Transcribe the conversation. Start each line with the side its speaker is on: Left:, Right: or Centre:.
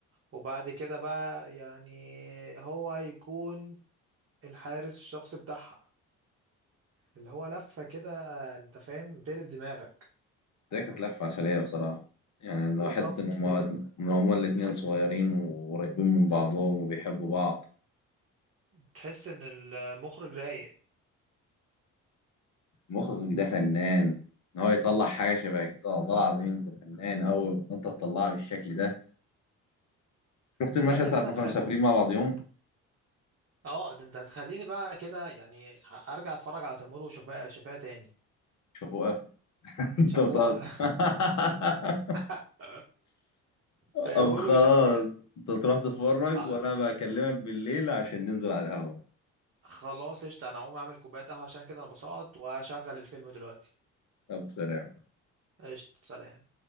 Right: وبعد كده بقى يعني هو هيكون الحارس الشخصي بتاعها اللي هو لفة كده انت فاهم تقلب دماغك
Left: ده كانت لفة عسلية بصراحة يعني إنه
Right: بالظبط
Left: حتة إن هما
Right: يعني لا،
Left: إن هما الاتنين
Right: تحس
Left: صغيرين وقريبين من بعضهم
Right: تحس
Left: وبيحبوا بعض
Right: تحس ان المخرج رايق
Left: مخرج ده فنان إن هو يطلع
Right: مم.
Left: حاجة شبه كده والله العظيم أنت فنان أوي إن أنت تطلعها بالشكل ده شفت
Right: والله
Left: المشهد
Right: انت
Left: ساعة
Right: كده
Left: ما
Right: هتخل
Left: كانوا مسافرين مع بعضهم
Right: اه ده انت هتخليني بقى كده يعني ه- ارجع اتفرج على تيمور وشفيقة شفيقة تاني
Left: شافوها <laughs> أنت
Right: شفوقة
Left: بتقعد <laughs>
Right: <laughs> تيمور
Left: طب خلاص
Right: وشفيقة
Left: أنت تروح تتفرج
Right: آه،
Left: وأنا بكلمك بالليل عشان ننزل على القهوة
Right: خلاص قشطة انا هقوم اعمل كوباية قهوة عشان كده انا بسقط وهشغل الفيلم دلوقتي
Left: طب سلام
Right: قشطة سلام